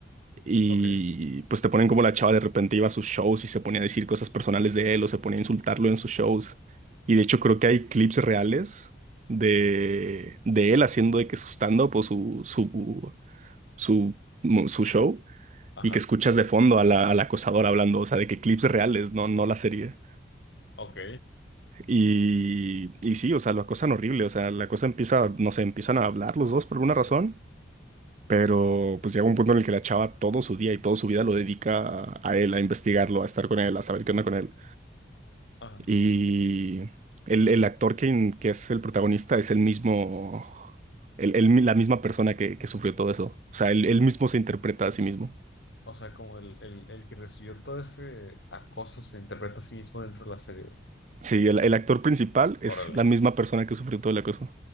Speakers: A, on the right (about 40°); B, on the left (about 75°).
A: y
B: ok,
A: pues te ponen como la chava de repente iba a sus shows y se ponía a decir cosas personales de él o se ponía a insultarlo en sus shows. Y de hecho creo que hay clips reales de, de él haciendo de que su stand-up o su, su, su, mu- su show
B: ajá,
A: y que escuchas de fondo a la, al acosador hablando, o sea, de que clips reales, no, no la serie.
B: ok,
A: Y, y sí, o sea, lo acosan horrible, o sea, la cosa empieza, no sé, empiezan a hablar los dos por alguna razón. Pero pues llega un punto en el que la chava todo su día y toda su vida lo dedica a, a él, a investigarlo, a estar con él, a saber qué onda con él.
B: ajá.
A: Y el, el actor que, in- que es el protagonista es el mismo, el- el mi- la misma persona que, que sufrió todo eso. O sea, él, él mismo se interpreta a sí mismo.
B: O sea, como el, el, el que recibió todo ese acoso se interpreta a sí mismo dentro de la serie.
A: Sí, el, el actor principal es
B: Órale.
A: la misma persona que sufrió todo el acoso.